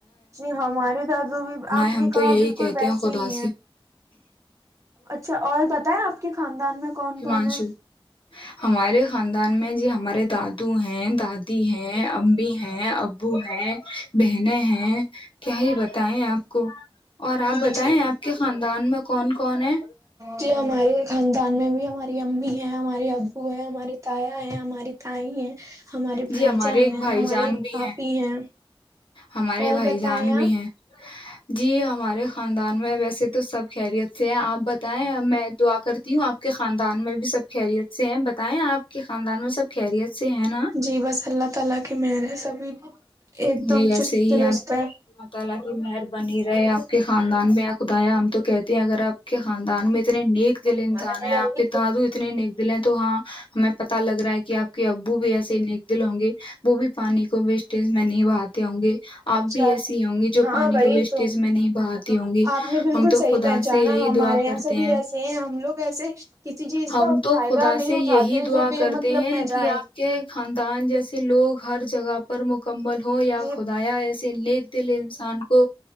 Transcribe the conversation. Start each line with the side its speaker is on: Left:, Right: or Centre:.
Right: جی ہمارے دادو بھی آپ
Left: ہم
Right: نے کہا
Left: تو یہی
Right: بالکل
Left: کہتے
Right: ویسے
Left: ہیں خدا
Right: ہی ہیں
Left: سے
Right: اچھا اور بتا آپ کے خاندان میں کون
Left: ہممانشو
Right: کون ہے
Left: ہمارے خاندان میں جی ہمارے دادو ہیں دادی ہیں امی ہیں ابو ہیں بہنیں ہیں کیا ہی بتائےیں آپ کو اور آپ بتائیں
Right: جی
Left: آپ کے خاندان میں کون کون ہے
Right: جی ہمارے خاندان میں بھی ہمارے امی ہیں ہماراری اب وہ ہے ہماری تایا ہے ہماری تائی ہیں ہمارے
Left: جی
Right: بھائی
Left: ہمارے
Right: جان
Left: ایک
Right: ہیں
Left: بھائی
Right: ہماری
Left: جان بھی
Right: آپ ہی ہیں
Left: ہمارے
Right: اور
Left: بھائی
Right: بتائیں
Left: جان
Right: آپ
Left: بھی ہیں <inaudible> جی ہمارے خاندان میں ویسے تو سب خیریت سے آپ بتا ب میں دعا کرتی ہوں آپ کے خاندان میں بھی سب خیریت سے ہیں بتائیں آپ کے خاندان میں سب خیریت سے ہیں نا
Right: جی بس اللہ تعالی کی مہر ہے سبھی ایک دم
Left: جی ایسے
Right: چست
Left: ہی
Right: درست
Left: ہے اللہ تعالی کی مہربانی رہے اپ کے خان ان میں خدایا ہم تو کہتے اگر آپ کے خاندان میں اتنے نیک دل
Right: وہی
Left: انسان ہیں آپ کے
Right: تو
Left: دادو اتنے نیک دل ہیں تو ہاں ہمیں پتتا لگ رہا ہے کہ آپ کہ ابو بھی ایسے ن دل ہوں گے وہ بھی پانی کو ویسٹیج میں نہیں بھا ہوں گے
Right: اچھا
Left: آپ بھی ایسی ہوں گی جو
Right: ہاں
Left: پانی
Right: وہی
Left: کو ویسٹیج
Right: تو
Left: میں نہیں بہاتی ہوں گی
Right: آپ نے بالکل
Left: ہم تو
Right: صحیح
Left: خدا
Right: پہچانا
Left: سے یہی
Right: ہمارے
Left: دعا
Right: یہاں
Left: کرتے
Right: سبھی
Left: ہیں
Right: ایسے ہم لوگ ایسے کسی چیز
Left: ہم
Right: کا
Left: تو
Right: فائدہ
Left: خدا
Right: نہیں
Left: سے
Right: اٹھاتے
Left: یہی دعا
Right: جو بے
Left: کرتے
Right: مطلب
Left: ہیں
Right: میں
Left: کہ
Right: جائے
Left: آپ کے خاندان جیسے سے لوگ ہر جگہ پر مکمل ہوں یا
Right: <unintelligible>
Left: خدایا ایسے نیک دل انسان کو